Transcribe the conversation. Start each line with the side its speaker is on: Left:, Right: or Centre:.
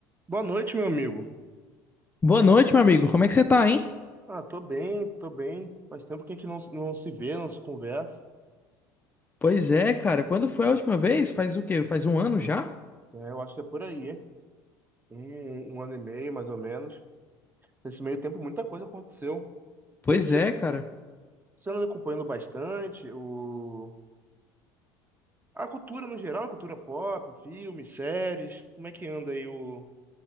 Right: Boa noite, meu amigo.
Left: Boa
Right: Mas-
Left: noite, meu amigo. Como é que você tá, hein?
Right: Ah, tô bem, tô bem. Faz tempo que a gente não, se- não se vê, não se conversa.
Left: Pois é, cara. Quando foi a última vez? Faz o quê? Faz um ano já?
Right: É, eu acho que é por aí, hein? um, um ano e meio, mais ou menos. Nesse meio tempo, muita coisa aconteceu.
Left: Pois
Right: Você
Left: é, cara.
Right: anda acompanhando bastante o... a cultura no geral, a cultura pop, filmes, séries. Como é que anda aí o...